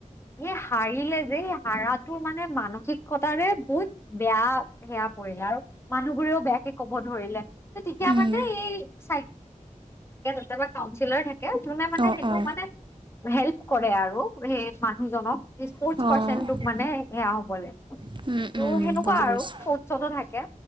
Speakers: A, on the left; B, on the right.
A: সেই হাৰিলে যে হাৰাটোৰ মানে মানসিকতাৰে বহুত বেয়া সেয়া আৰু মানুহবোৰেও বেয়াকে ক'ব ধৰিলে তেতিয়া
B: উম
A: মানে এই চ থ তাতে কাউিলাৰ থাকে যোনে মানে
B: অ
A: সেইটো
B: অ
A: মানে, হেল্প কৰে আৰু সেই মানুহজনক স্পৰ্টচ
B: অ
A: পাৰ্চনটোক মানে সেয়া হবলৈ, ত'
B: উম
A: সেনেকুৱা
B: উম
A: আৰু শৌসতো থাকে